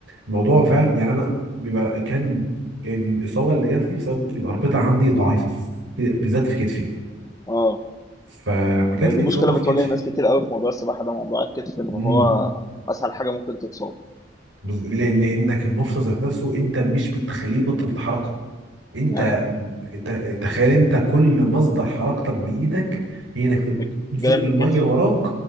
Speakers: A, on the right; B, on the left.
A: الموضوع فعلا يعني انا بيبقى كان الاصابه اللي جات لي بسبب الاربطه عندي ضعيفه في- بالذات في كتفي
B: اه
A: فلما جات
B: يعني
A: لي
B: دي
A: اصابه
B: مشكله
A: في
B: بتواجه
A: كتفي
B: ناس كتير قوي في موضوع السباحه ده موضوع الكتف ان هو
A: امم
B: اسهل حاجه ممكن تتصاب
A: بز- ل- لانك المفصل ذات نفسه انت مش بتخليه يبطل حركه انت
B: يعني
A: ت- تخيل انت كل مصدر حركتك بايدك هي انك ت-
B: مك- جايه
A: تزق
B: من
A: الميه
B: الكتف
A: وراك